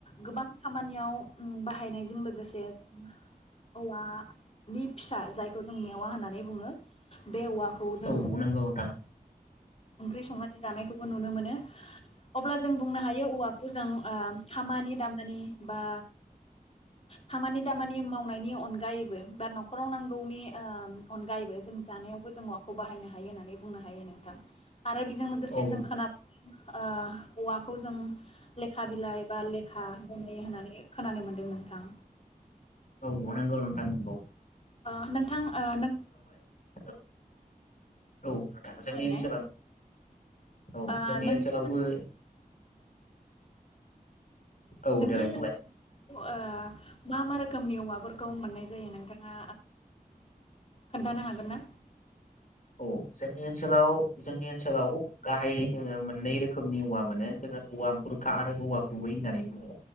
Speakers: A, on the left; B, on the left.
A: गोबां खामानियाव उम बाहायनायजों लोगोसे जों औवानि फिसा जायखौ जों मेवा होननानै बुङो बे औवा खौ जों
B: औ नंगौ नोंथां
A: ओंख्रि संनाय जानायखौबो नुनो मोनो अब्ला जों बुंनो हायो औवाखौ जों ओ खामानि दामानि बा खामानि दामानि मावनायनि अनगायैबो बा नखराव नांगौनि ओ अनगायैबो जों जानायावबो जों माखौ बाहायनो हायो होननानै बुंनो हायो नोंथां। आरो बेजों लोगोसे
B: औ
A: जों खोना ओ औवाखौ जों लेखा बिलाइ बा लेखा बनायो होननानै खोनानो मोन्दों नोंथां।
B: औ नोंगौ नोंथां नंगौ।
A: ओ नोंथां ओ नों
B: बुजियाखै औ नोंथां
A: खावलायनाय
B: जोंनि ओनसो औ
A: ओ
B: जोंनि
A: नोंथांमोन
B: ओनसोलावबो औ
A: नोंथांमोनियाव
B: देलाय बुंलाय
A: ओ मा मा रोखो रोखोमनि औवाफोरखौ मोननाय जायो नोंथाङा खोनथानो हागोन ना।
B: औ जोंनि ओनसोलाव जोंनि ओनसोलाव गाहाय जोङो मोननै रोखोमनि औवा मोनो जोङो औवा बुरखा आरो औवा गुबै होननानै बुङो